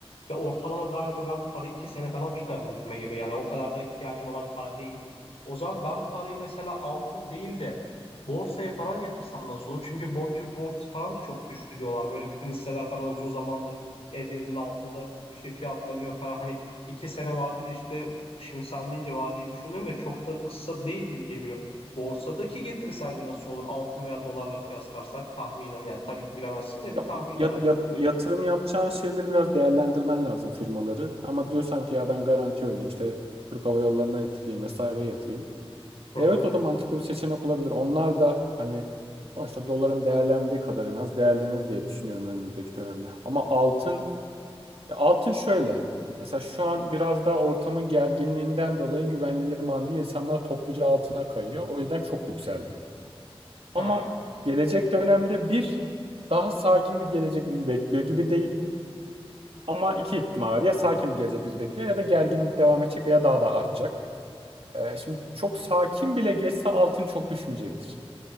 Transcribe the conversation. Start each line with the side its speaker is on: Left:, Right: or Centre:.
Left: Ya ortalama galiba ben parayı iki sene falan tutarım gibime geliyor. Yani o kadar da ihtiyacım olan para değil. O zaman ben parayı mesela altın değil de Borsaya falan yatırsam nasıl olur? Çünkü bor Türk borsası falan da çok düştü diyorlar. Böyle bütün hisseler falan uzun zamandır ederinin altında işte fiyatlanıyor falan. Hani iki sene vadede işte şimdi sen deyince vadeyi düşündüm de çok da kısa değil gibi geliyor. Borsadaki getiri sence nasıl olur? Altın veya dolarla kıyaslarsak tahminen yani tabii ki bilemezsin de bir
Right: Ya-
Left: tahminin
Right: ya-
Left: abi
Right: ya-
Left: fikrin
Right: yatırım
Left: nedir?
Right: yapacağın şeyleri biraz değerlendirmen lazım firmaları. Ama diyorsan ki ya ben garanti oynayayım işte Türk Hava Yolları'na yatırayım vesaireye yatırayım.
Left: Hı
Right: Evet
Left: hı.
Right: o da mantıklı bir seçenek olabilir. Onlar da hani sonuçta doların değerlendiği kadar en az değerlenir diye düşünüyorum önümüzdeki dönemde. Ama altın Ya altın şöyle. Mesela şu an biraz daha ortamın gerginliğinden dolayı güvenli liman değil insanlar topluca altına kayıyor. O yüzden çok yükseldi.
Left: Ha.
Right: Ama gelecek dönemde bir daha sakin bir gelecek bizi bekliyor gibi değil. Ama iki ihtimal var. Ya sakin bir gelecek bizi bekliyor ya da gerginlik devam edecek veya daha da artacak. Ee, şimdi çok sakin bile geçse altın çok düşmeyecektir.